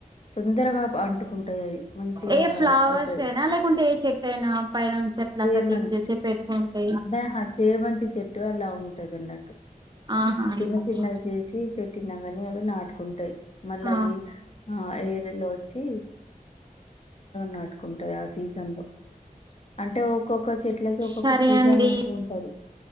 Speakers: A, on the left; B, on the right.
A: తొందరగా అంటుకుంటాయివి మంచిగా
B: ఏ ఫ్లవర్స్
A: అవుతాయి
B: కైనా లేకుంటే ఏ చెట్టు అయినా పైనుంచి అట్లా
A: చేమంతిహా
B: కటింగ్ చేసి పెట్టుకుంటే
A: చేమంతి చెట్టు అలా ఉంటుంది న్నట్టు
B: ఆహా అలాగా
A: చిన్న చిన్నవి చేసి పెట్టినా కానీ అవి నాటుకుంటాయి మళ్ళా
B: ఆ
A: ఈ ఆ ఏరిలో వచ్చి నాటుకుంటాయి ఆ సీజన్ లో అంటే ఒక్కొక్క చెట్లకి ఒక్కొక్క
B: సరే
A: సీజన్
B: అండి
A: అంటూ ఉంటాడు